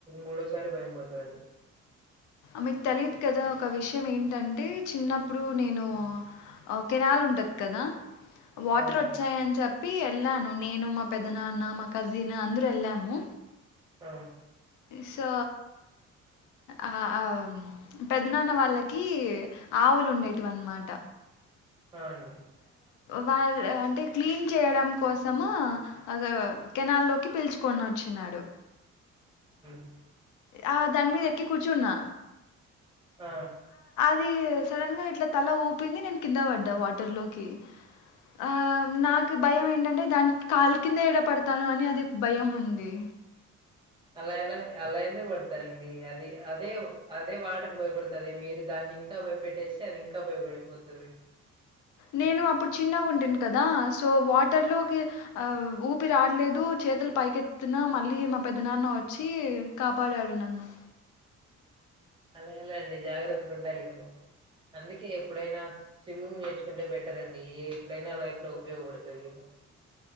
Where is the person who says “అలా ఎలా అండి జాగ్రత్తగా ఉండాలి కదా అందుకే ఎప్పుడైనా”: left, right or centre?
Right